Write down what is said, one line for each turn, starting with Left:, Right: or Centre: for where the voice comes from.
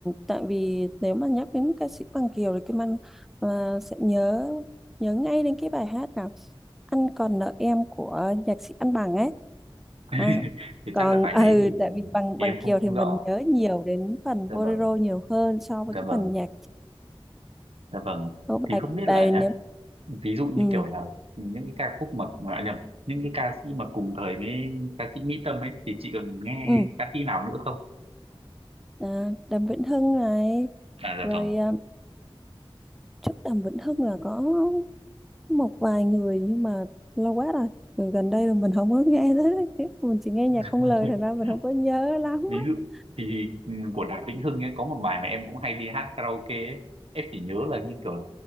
Centre: tại vì nếu mà nhắc đến ca sĩ Bằng Kiều thì Kim Anh à, sẽ nhớ nhớ ngay đến cái bài hát là anh còn nợ em của nhạc sĩ Anh Bằng ấy
Right: <laughs>
Centre: à,
Right: thì
Centre: còn
Right: chắc là bài
Centre: ừ
Right: đấy thì,
Centre: tại vì bằng
Right: thì
Centre: bằng
Right: em
Centre: Kiều
Right: không không
Centre: thì mình
Right: rõ
Centre: nhớ nhiều đến phần
Right: dạ
Centre: bolero
Right: vâng
Centre: nhiều hơn so
Right: dạ
Centre: với cái
Right: vâng
Centre: phần nhạc
Right: Dạ vâng.
Centre: Có
Right: Thì
Centre: bài
Right: không biết
Centre: bài
Right: là
Centre: nếu
Right: nhá, ví dụ như
Centre: ừ
Right: kiểu là những cái ca khúc mà, mà à, nhầm, những cái ca sĩ mà cùng thời với ca sĩ Mỹ Tâm ấy thì chị còn nghe
Centre: ừ
Right: ca sĩ nào nữa không?
Centre: à, Đàm Vĩnh Hưng này
Right: À dạ
Centre: rồi
Right: vâng.
Centre: à, trước Đàm Vĩnh Hưng là có một vài người nhưng mà lâu quá rồi Rồi gần đây là mình không có nghe tới mình chỉ nghe nhạc
Right: <laughs>
Centre: không lời thành ra mình không có nhớ lắm á.
Right: Ví dụ thì ừ, của Đàm Vĩnh Hưng ấy có một bài mà em cũng hay đi hát karaoke ấy. Em chỉ nhớ là như kiểu là